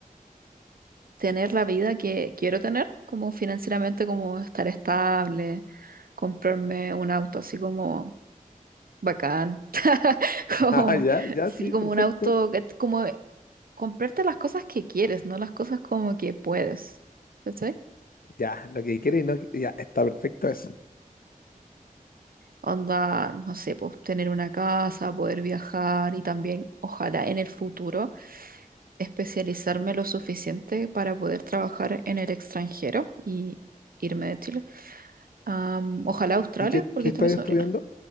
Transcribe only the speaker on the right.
tener la vida que quiero tener, como financieramente, como estar estable, comprarme un auto así como bacán, <laughs> como,
sí,
como
un auto, que- como comprarte las cosas que quieres, no las cosas como que puedes, ¿cachai?
Onda, no sé, pues tener una casa, poder viajar y también, ojalá en el futuro, especializarme lo suficiente para poder trabajar en el extranjero y irme de Chile. Am, ojalá Australia,
porque
está
mi sobrina.